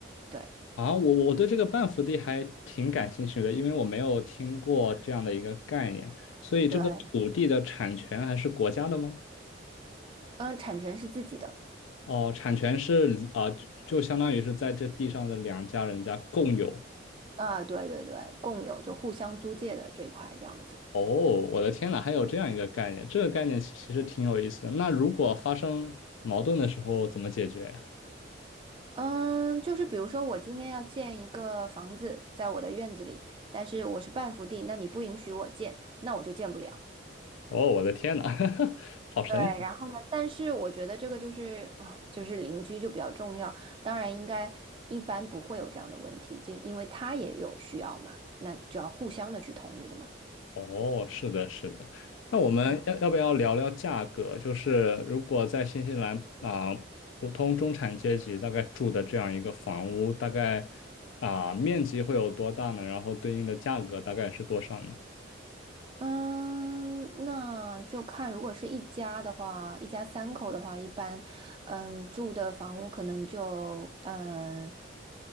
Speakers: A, on the right; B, on the left.
A: 对
B: 啊，我我对这个半幅地还挺感兴趣的，因为我没有听过这样的一个概念，所以这个土地的产权还是国家的吗？
A: 对，嗯，产权是自己的
B: 哦，产权是啊、就就相当于是在这地上的两家人家共有，
A: 啊，对对对，共有就互相租借的这一块这样子。
B: 哦，我的天呐，还有这样一个概念，这个概念其其实挺有意思的。那如果发生矛盾的时候怎么解决呀？
A: 嗯，就是比如说，我今天要建一个房子在我的院子里，但是我是半幅地，那你不允许我建，那我就建不了。
B: 哦，我的天呐，<laughs> 好神奇！
A: 对，然后呢，但是我觉得这个就是哦就是邻居就比较重要，当然应该一般不会有这样的问题，就因为他也有需要嘛，那就要互相的去同意的嘛。
B: 哦，是的，是的。那我们要要不要聊聊价格？就是如果在新西兰啊、普通中产阶级大概住的这样一个房屋，大概啊、面积会有多大呢？然后对应的价格大概是多少呢？
A: 嗯，那就看，如果是一家的话，一家三口的话，一般，嗯，住的房屋可能就，嗯，